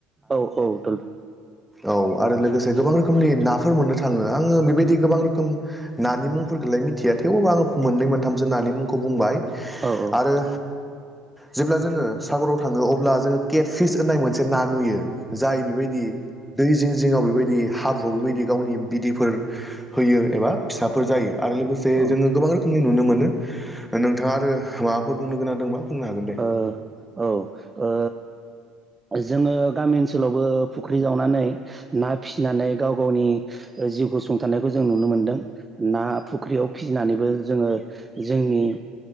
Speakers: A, on the right (about 15°); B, in the centre.
A: औ औ दडलफिन
B: औ आरो लोगोसे गोबां रोखोमनि नाफोर मोननो थाङो आङो बेबायदि गोबां रोखोम नानि मुंफोरखौलाय मिथिया थेवाबबो आङो मोननै मोनथामसो नानि मुंखौ बुंबाय
A: औ औ
B: आरो जेब्ला जोङो सागराव थाङो अब्ला जोङो केट फिस होननाय मोनसे ना नुयो जाय बेबायदि दै जिं जिङाव बेबायदि हाब्रुआव बेबायदि गावनि बिदैफोर होयो एबा फिसाफोर जायो आरो लोगोसे
A: ओ
B: जोङो गोबां रोखोम नुनो मोनो नोंथाङा आरो माबाफोर बुंनो गोनां दंबा बुंनो हागोन दे
A: ओ औ ओ जोङो गामि ओनसोलावबो फुख्रि जावनानै ना फिसिनानै गाव गावनि जिउखौ सुंथानायखौ जों नुनो मोनदों ना फुख्रियाव फिसिनानैबो जोङो जोंनि